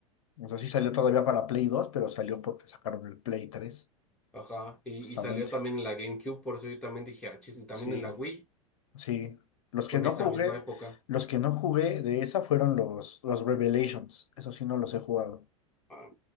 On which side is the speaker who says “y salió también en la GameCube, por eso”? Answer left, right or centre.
Centre